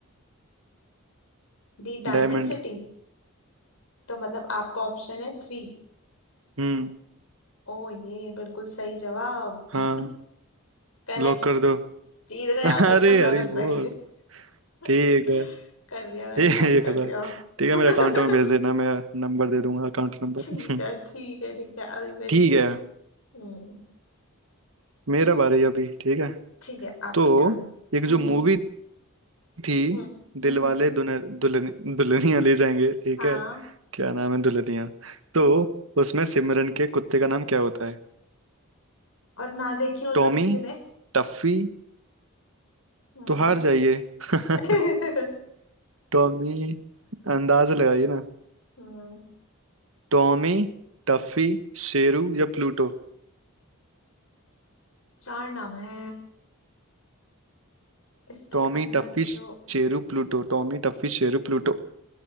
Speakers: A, on the left; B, on the right.
A: The diamond
B: डायमंड
A: city तो मतलब आपका ऑप्शन है थ्री
B: हम्म
A: ओ ये बिल्कुल सही जवाब
B: हाँ
A: <laughs> करेक्ट
B: लॉक कर दो <laughs>
A: जीत गए आप
B: अरे
A: एक हजार
B: अरे
A: रुपए
B: बोल
A: <laughs>
B: ठीक है
A: कर दिया मैंने
B: ए,
A: लॉक
B: एक
A: कर
B: हजार
A: दिया
B: ठीक है
A: <laughs>
B: मेरे अकाउंट में भेज देना मैं नंबर दे दूंगा अकाउंट नंबर
A: ठीक
B: <laughs>
A: है ठीक है ठीक है अभी भेजती
B: ठीक
A: हूँ
B: है
A: हम्म
B: मेरा बारी अभी ठीक है
A: ठीक है आपकी
B: तो
A: टर्न
B: एक
A: हम्म
B: जो मूवी थी
A: हम्म हम्म
B: दिलवाले
A: हम्म।
B: दुल्हन दुल्हन दुल्हनिया ले जाएंगे ठीक
A: हाँ
B: है क्या नाम है दुल्हनिया तो उसमें सिमरन के कुत्ते का नाम क्या होता है
A: और ना देखी हो
B: टॉमी
A: तो किसी ने
B: टफी
A: हम्म
B: तो हार जाइए <laughs>
A: <laughs>
B: टॉमी अंदाज लगाइए ना
A: हम्म
B: टॉमी टफी शेरू या Pluto
A: चार नाम है इसके
B: Tommy
A: अंदर
B: Tuffy Sheru
A: जो
B: Pluto Tommy Tuffy Sheru Pluto